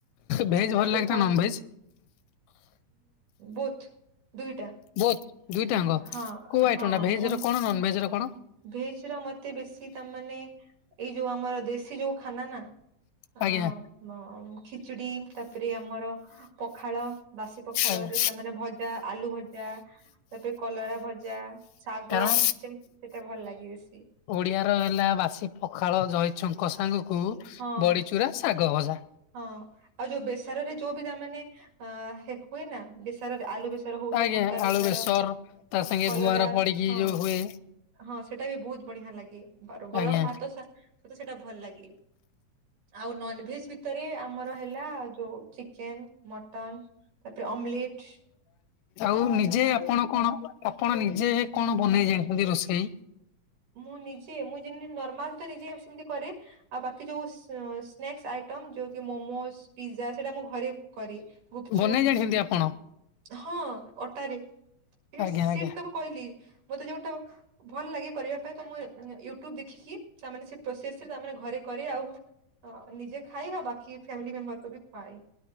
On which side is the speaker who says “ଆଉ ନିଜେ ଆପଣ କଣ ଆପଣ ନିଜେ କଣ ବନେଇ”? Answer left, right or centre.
Left